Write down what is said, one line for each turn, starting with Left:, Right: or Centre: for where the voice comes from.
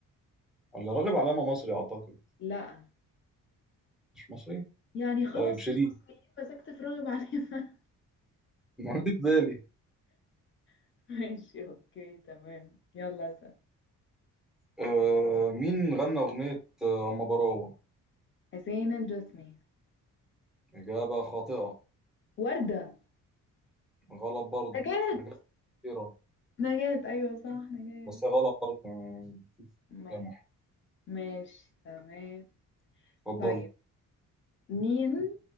Centre: ولا راغب علامة مصري اعتقد
Left: لا
Centre: مش مصري
Left: يعني خلاص
Centre: طيب شيرين
Left: هم مصريين
Centre: <laughs>
Left: مسكت في راغب عليهم
Centre: ما جه في بالي
Left: <laughs> ماشي اوكي تمام يلا اسأل
Centre: آه، مين غنى اغنية آه، اما براوة
Left: حسين الجسمي
Centre: اجابة خاطئة
Left: وردة
Centre: غلط برضه
Left: نجاة
Centre: نجاة كتيرة
Left: نجاة أيوة صح نجاة
Centre: بس غلط برضه آه،
Left: ماشي
Centre: سامح
Left: ماشي تمام
Centre: اتفضل
Left: طيب مين